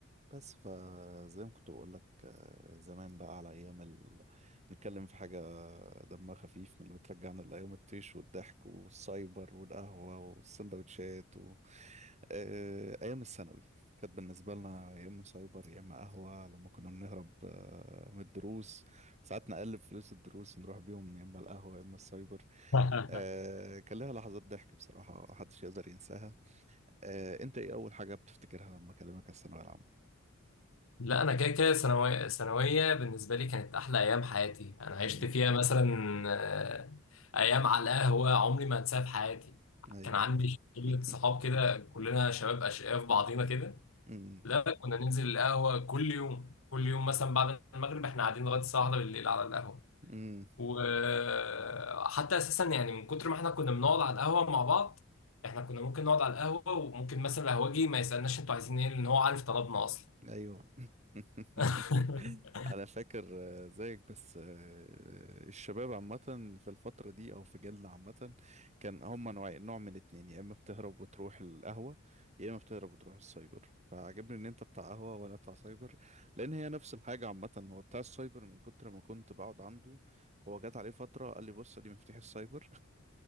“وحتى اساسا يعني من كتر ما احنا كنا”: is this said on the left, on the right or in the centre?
Left